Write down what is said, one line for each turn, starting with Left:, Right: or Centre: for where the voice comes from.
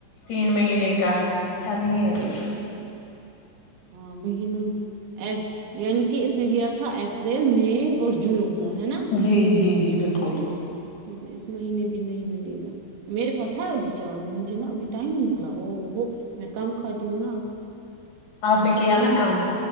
Left: تین مہینے کا اچھا نہیں ہے یہ
Right: ہاں بہ ن ا یعنی کہ <unintelligible> نے لیا تھا اپریل مئی اور جون کا ہے نا
Left: جی جی جی بالکل
Right: ہاں اس مہینے بھی نہیں ملے گا میرے پاس ہے ابھی چاول مجھے نا ابھی ٹائم نکلا او ہو میں کم کھاتی ہوں نا اب
Left: آپ نے کیا نا کام